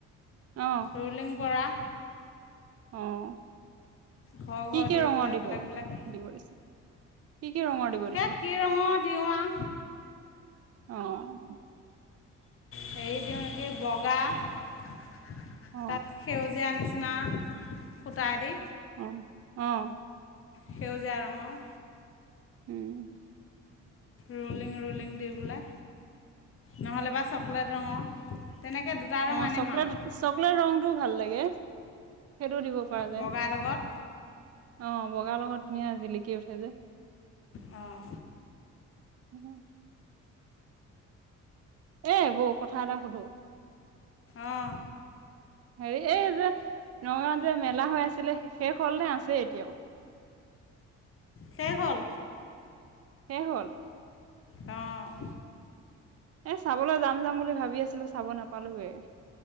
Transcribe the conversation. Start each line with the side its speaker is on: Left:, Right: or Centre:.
Right: অ
Left: ৰোলিং পৰা
Right: অঁ
Left: ঘৰ
Right: কি
Left: ঘৰ
Right: কি
Left: দি
Right: ৰংৰ
Left: পেলাই
Right: দিব
Left: বেলেগ
Right: ব
Left: বেলেগ
Right: দিব দিছে কি কি ৰঙৰ দিব
Left: সেই
Right: দিছে
Left: কি ৰঙৰ দিওঁ আৰু
Right: অঁ
Left: হেৰি দিওঁ নেকি বগা তাত
Right: অ
Left: সেউজীয়া আনিছে নিচিনা সূতা আদি
Right: উম উম
Left: সেউজীয়াৰ ৰঙৰ
Right: উম
Left: ৰলিং ৰলিং দি পেলাই নহ'লে বা চকলেট ৰঙৰ তেনেকৈ দুটা ৰং
Right: অঁ
Left: আনিম
Right: চকলেট
Left: আৰু
Right: চকলেট ৰংটোও ভাল লাগে কি সেইটো দিব পৰা যায়
Left: বগাৰ লগত
Right: অঁ বগাৰ লগত ধুনীয়া জিলিকি উঠে যে
Left: অঁ
Right: হম এ বৌ কথা এটা সুধো
Left: অঁ
Right: হেৰি এই যে নগাঁও ত যে মেলা হৈ আছিলে শেষ হ'লহে আছেই এতিয়াও
Left: শেষহল।
Right: শেষহ'ল।
Left: অ',
Right: এছ চাবলৈ যাম-যাম বুলি ভাবি আছিলো। চাব নাপালোৱে।